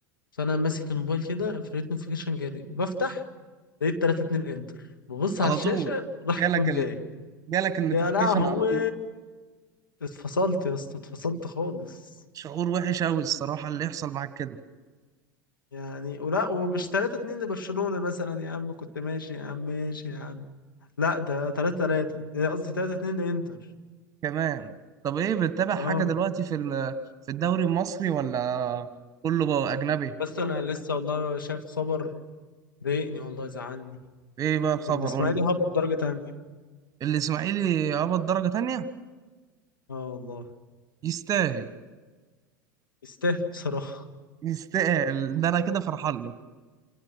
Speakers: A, on the left; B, on the right.
A: فانا ماسك الموبايل كده فلقيت نوتيفيكيشن جالي بفتح لقيت 3 2 انتر ببص
B: على
A: على الشاشه
B: طول جالك
A: راح الجون
B: ال...
A: جاي
B: جالك النوتيفيكيشن
A: يا لهوي
B: على طول
A: اتفصلت يا اسطى اتفصلت خالص
B: شعور وحش قوي الصراحة اللي يحصل معاك كده
A: يعني ولا ومش 3 2 لبرشلونة مثلا يا عم كنت ماشي يا عم ماشي يا عم لا ده 3 3 قصدي 3 2 لإنتر
B: كمان طب ايه بتتابع
A: اه
B: حاجة دلوقتي في ال... في الدوري المصري ولا كله بقى أجنبي
A: بس انا لسه والله شايف خبر ضايقني والله زعلني
B: ايه بقى الخبر
A: الاسماعيلي
B: قول لي
A: هبط درجة تانية
B: الإسماعيلي هبط درجة تانية
A: اه والله
B: يستاهل
A: يستاهل بصراحة
B: يستاهل ده انا كده فرحان له